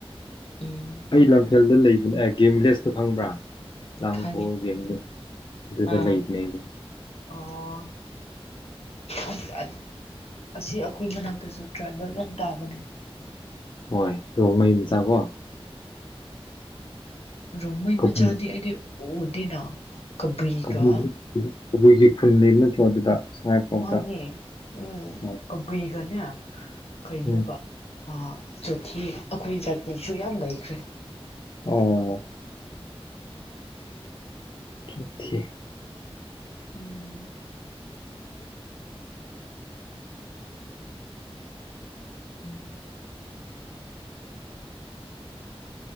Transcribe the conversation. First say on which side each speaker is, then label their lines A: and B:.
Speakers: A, on the left; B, on the left.
A: ꯎꯝ
B: ꯑꯩ ꯂꯝ ꯐꯜꯗ ꯂꯩꯕꯅꯦ ꯑꯦ ꯒꯦꯝꯚꯤꯂꯦꯁꯇꯣ ꯈꯪꯕ꯭ꯔ? ꯂꯥꯡꯒꯣꯜ
A: ꯈꯪꯉꯤ
B: ꯒꯦꯝꯒ ꯑꯗꯨꯗ
A: ꯑꯥ
B: ꯂꯩꯕꯅꯦ ꯑꯩ
A: ꯑꯣ ꯑꯁ ꯑꯠ ꯑꯁꯤ ꯑꯈꯣꯏ ꯃꯅꯥꯛꯇꯨꯁꯨ ꯇ꯭ꯔꯥꯏꯕꯦꯜ ꯌꯝ ꯇꯥꯕꯅꯦ꯫
B: ꯍꯣꯏ ꯔꯣꯡꯃꯩ ꯃꯆꯥ ꯀꯣ?
A: ꯔꯣꯡꯃꯩ
B: ꯀꯕꯨ
A: ꯃꯆꯥꯗꯤ ꯑꯩꯗꯤ ꯑꯣ ꯗꯤ ꯅ ꯀꯕꯨꯏꯒꯥ
B: ꯀꯕꯨ ꯀꯕꯨꯏꯒꯤ ꯈꯨꯟ ꯂꯩꯕ ꯅꯠꯇ꯭ꯔꯣ ꯑꯗꯨꯗ? ꯁꯉꯥꯏꯄ꯭ꯔꯧꯗ
A: ꯃꯥꯅꯦ ꯎꯝ
B: ꯍꯣꯏ
A: ꯀꯕꯨꯏꯒꯅꯦ ꯀꯩꯅꯣꯒ
B: ꯎꯝ
A: ꯑꯥ ꯆꯣꯊꯦ ꯑꯈꯣꯏ ꯖꯥꯇꯤꯁꯨ ꯌꯥꯝ ꯂꯩꯈ꯭ꯔꯦ꯫
B: ꯑꯣ ꯆꯣꯊꯦ
A: ꯎꯝ
B: <inaudible>